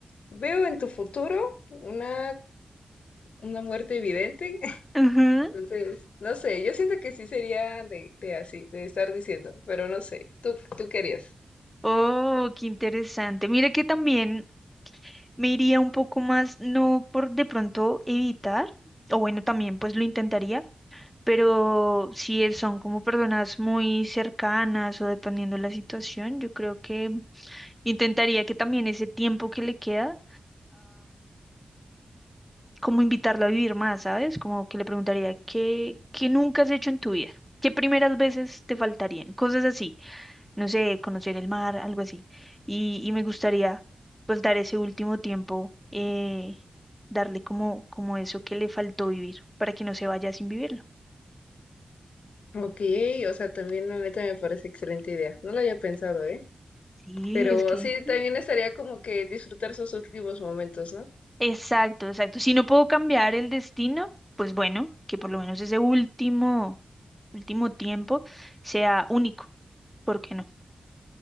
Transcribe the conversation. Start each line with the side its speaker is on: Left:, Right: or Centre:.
Left: veo en tu futuro una, una muerte evidente. <laughs>
Centre: Ujú.
Left: Entonces, no sé, yo siento que sí sería de, de así, de estar diciendo, pero no sé, ¿tú, tú querías?
Centre: Oh, qué interesante. Mira que también me iría un poco más, no por de pronto evitar, o bueno, también pues lo intentaría, pero si es- son como personas muy cercanas o dependiendo de la situación, yo creo que intentaría que también ese tiempo que le queda. como invitarlo a vivir más, ¿sabes? Como que le preguntaría, ¿qué, qué nunca has hecho en tu vida? ¿Qué primeras veces te faltarían? Cosas así, no sé, conocer el mar, algo así. Y, y me gustaría, pues, dar ese último tiempo, eh, darle como, como eso que le faltó vivir, para que no se vaya sin vivirlo.
Left: Ok, o sea, también la neta me parece excelente idea. No lo había pensado, ¿eh?
Centre: Sí,
Left: Pero
Centre: es que...
Left: sí, también estaría como que disfrutar sus últimos momentos, ¿no?
Centre: Exacto, exacto. Si no puedo cambiar el destino, pues bueno, que por lo menos ese último, último tiempo sea único. ¿Por qué no?